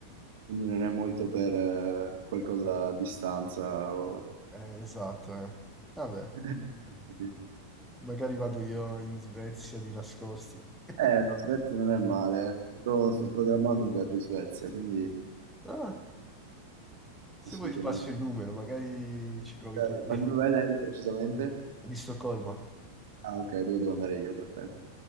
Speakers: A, on the right; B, in the centre.
A: Quindi non è molto per eh, qualcosa a distanza o...
B: Eh, esatto, eh. Vabbè,
A: <laughs> Capito?
B: magari vado io in Svezia di nascosto. <laughs>
A: Eh, la Svezia non è male. Sto, sto programmando un viaggio in Svezia, quindi
B: Ah, se
A: sì, sì,
B: vuoi ti
A: con
B: passo
A: il-
B: il numero, magari ci provi
A: Dai,
B: tu. <laughs>
A: ma di dov'è lei precisamente?
B: È Di Stoccolma.
A: Ah, ok, dove devo andare io, perfetto.